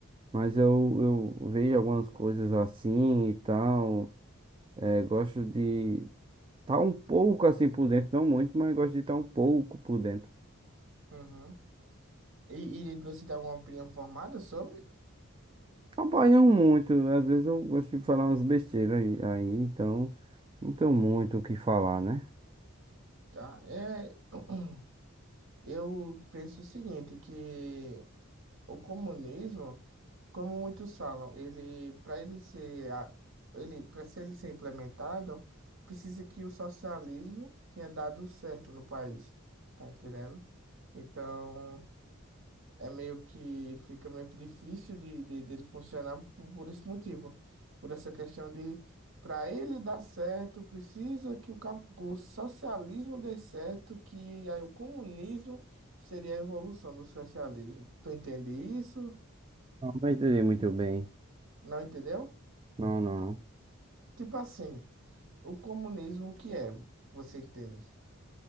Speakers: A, on the right (about 25°); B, on the right (about 60°).
A: mas eu, eu vejo algumas coisas assim e tal. É, gosto de estar um pouco assim por dentro, não muito, mas gosto de estar um pouco por dentro.
B: Uhum. E, e você tem alguma opinião formada sobre?
A: Trabalham muito, às vezes eu gosto de falar umas besteiras aí, aí, então não tenho muito o que falar, né?
B: Tá. É, <clears throat> eu penso o seguinte, que O comunismo, como muitos falam, ele para ele ser a- ele para ser ele ser implementado, precisa que o socialismo tenha dado certo no país, tá entendendo? Então, é meio que fica meio que difícil de, de dele funcionar por, por esse motivo, por essa questão de para ele dar certo, precisa que o, cap- o socialismo dê certo, que aí o comunismo seria a evolução do socialismo. Tu entende isso?
A: Ah, Mas entendi muito bem.
B: Não entendeu?
A: Não, não.
B: Tipo assim, o comunismo, o que é? Você entende?